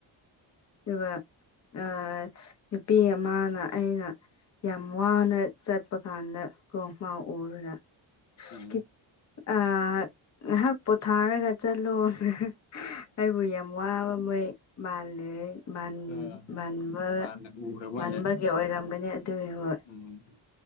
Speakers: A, on the left (about 40°); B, on the left (about 80°).
A: ꯑꯗꯨꯒ ꯑꯥ ꯅꯨꯄꯤ ꯑꯃꯥꯅ ꯑꯩꯅ ꯌꯥꯝ ꯋꯥꯅ ꯆꯠꯄ ꯀꯥꯟꯗ ꯀꯣ ꯃꯥ ꯎꯔꯨꯒ
B: ꯎꯝ
A: ꯁ꯭ꯀꯤꯞ ꯑꯥ ꯉꯥꯏꯍꯥꯛ ꯄꯣꯊꯥꯔꯒ ꯆꯠꯂꯣ <unintelligible> ꯑꯩꯕꯨ ꯌꯥꯝ ꯋꯥꯥꯕ ꯃꯣꯏ ꯃꯥꯜꯂꯦ ꯃꯥꯟ
B: ꯎꯝ
A: ꯃꯥꯟꯕ
B: ꯃꯥꯅ ꯎꯈ꯭ꯔ ꯃꯥꯜꯂꯦ
A: ꯃꯥꯟꯕꯒꯤ ꯑꯣꯏꯔꯝꯒꯅꯤ ꯑꯗꯨꯒꯤ ꯍꯣꯏ
B: ꯎꯝ